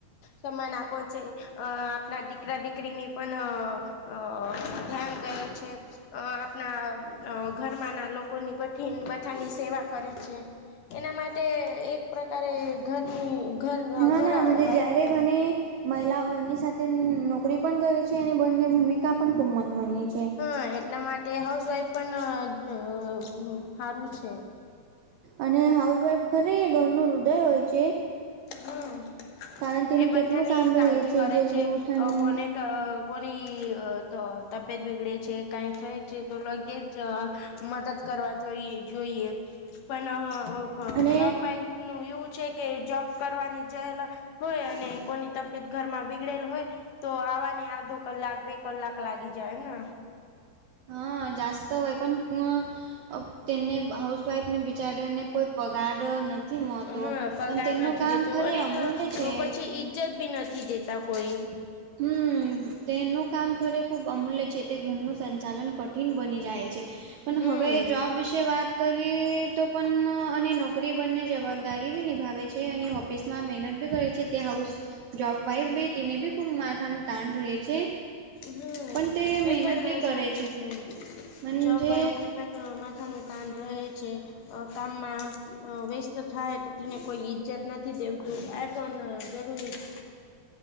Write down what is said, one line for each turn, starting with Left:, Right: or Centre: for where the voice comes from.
Left: સમાન આપો છે અ આપણા દીકરા દીકરી ની પણ આ અ ધ્યાન દે છે. અ આપણા ઘરમાં ના લોકોની <unintelligible> બઠાની સેવા કરે છે. એના માટે એક પ્રકારે ઘરની ઘર
Right: હા
Left: ઘર
Right: ના <unintelligible>
Left: વાઈફ
Right: જ્યારે ઘને મહિલાઓ ઘરની સાથે નોકરી પણ કરે છે અને બંની ભૂમિકા પણ ખૂબ મહત્વની છે.
Left: હા એટલા માટે હાઉસવાઈફ પણ હા હારુ છે.
Right: અને હાઉસવાઈફ ખરે ઘરનું હૃદય હોય છે.
Left: હમ
Right: કારણ તેને
Left: એ બધાની
Right: કેટલું કામ રહે
Left: કાળજી કરે
Right: જલ્દી
Left: છે
Right: ઉઠાનું
Left: આ કોને કા કોની આ ત તબિયત બીગડે છે કઈ થાય છે તો લગે જ મદદ કરવા જોઈએ જોઈએ પણ આ જોબ
Right: અને
Left: વાઈફ નું એવું છે કે જોબ કરવાની જયેલા હોય અને કોની તબિયત ઘરમાં બીગડેલ હોય તો આવાને અડધો કલાક બે કલાક લાગી જાય ને.
Right: હા જાસ્ત હોય પણ <unintelligible> તેને હાઉસવાઈફને બિચારીને કોઈ પગાર નથી મળતો
Left: હા પગાર
Right: પણ તેમનું
Left: નથી
Right: કામ
Left: દેતો
Right: ખરે
Left: અને
Right: અમૂલ્ય છે.
Left: પછી ઈજ્જત ભી નથી દેતા કોઈ.
Right: હમ્મ તેનું કામ ખરે ખુબ અમૂલ્ય છે તે ઘરનું સંચાલન કઠિન બની જાય છે. પણ
Left: હમ
Right: હવે જોબ વિશે વાત કરી તો પણ અને નોકરી બંને જવાબદારી બી નિભાવે છે અને ઓફિસ માં મહેનત બી કરે છે તે હાઉસ જોબવાઈફ ભી તેને બી ખૂબ માથાનું તાંણ રહે છે.
Left: હમ્મ
Right: પણ તે
Left: એ
Right: મહેનત
Left: પણ
Right: બી કરે
Left: સાચું છે
Right: મનજે
Left: જબ વાઈફ ને <unintelligible> માથ નો થાન રહેે છે. આ કામમાં વેસ્ટત થાય તો તેને કોઈ ઈજ્જત નથી દેવતું આ <unintelligible> જરૂરી છે.